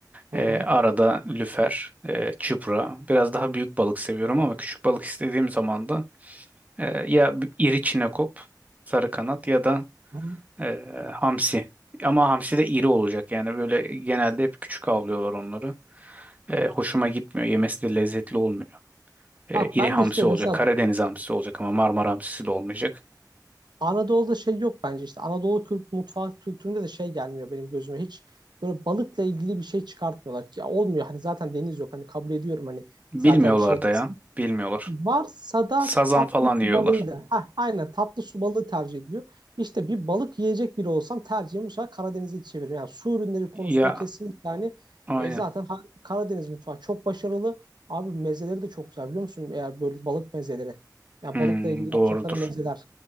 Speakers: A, on the right; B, on the right.
A: Hı
B: e,
A: hı.
B: arada lüfer, e, çupra. Biraz daha büyük balık seviyorum ama küçük balık istediğim zaman da e, ya b- iri çinekop, sarı kanat ya da
A: Hı hı.
B: e, hamsi. Ama hamsi de iri olacak. Yani böyle genelde hep küçük avlıyorlar onları. E, hoşuma gitmiyor. Yemesi de lezzetli olmuyor. E,
A: Bak
B: iri
A: ben
B: hamsi
A: de işte
B: olacak.
A: mesela
B: Karadeniz hamsisi olacak ama Marmara hamsisi de olmayacak.
A: Anadolu'da şey yok bence işte Anadolu kült mutfak kültüründe de şey gelmiyor benim gözüme hiç böyle balıkla ilgili bir şey çıkartmıyorlar ki ya olmuyor hani zaten deniz yok hani kabul ediyorum hani
B: Bilmiyorlar
A: zaten şey
B: da ya. Bilmiyorlar.
A: varsa da
B: Sazan
A: tatlı
B: falan yiyorlar.
A: su balığıyla ha aynen tatlı su balığı tercih ediliyor. İşte bir balık yiyecek biri olsam tercihim bu sefer Karadeniz'e çeviririm. Yani su ürünleri konusunda
B: Ya
A: kesinlikle hani
B: aynen.
A: e, zaten ha- Karadeniz mutfağı çok başarılı. Abi mezeleri de çok güzel biliyor musun? Eğer böyle balık mezeleri. Yani
B: Hmm,
A: balıkla ilgili yapacakları
B: doğrudur.
A: mezeler